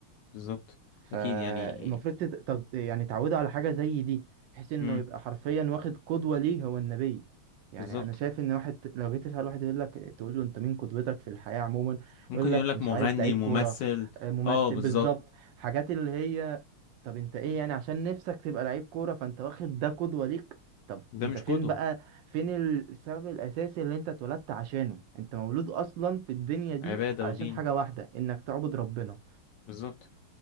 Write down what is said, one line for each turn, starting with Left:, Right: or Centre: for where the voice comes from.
Left: بالظبط
Right: فالمفروض
Left: اكيد يعني
Right: تت- تت- يعني تعودوا على حاجة زي دي بحيث انه
Left: امم
Right: يبقى حرفيا واخد قدوة ليه هو النبي يعني
Left: بالظبط
Right: انا شايف ان واحد لو جيت تسأل واحد يقول لك تقول له انت مين قدوتك في الحياة عموما
Left: ممكن
Right: يقول
Left: يقول
Right: لك
Left: لك
Right: مش
Left: مغني
Right: عارف لعيب
Left: ممثل
Right: كورة آه، ممثل
Left: اه بالظبط
Right: بالظبط حاجات اللي هي طب انت ايه يعني عشان نفسك تبقى لعيب كورة فانت واخد ده قدوة ليك طب
Left: ده
Right: انت
Left: مش
Right: فين
Left: قدوة
Right: بقى فين السبب الاساسي اللي انت اتولدت عشانه انت مولود اصلا في الدنيا دي
Left: عبادة
Right: علشان
Left: ودين
Right: حاجة واحدة انك تعبد ربنا
Left: بالظبط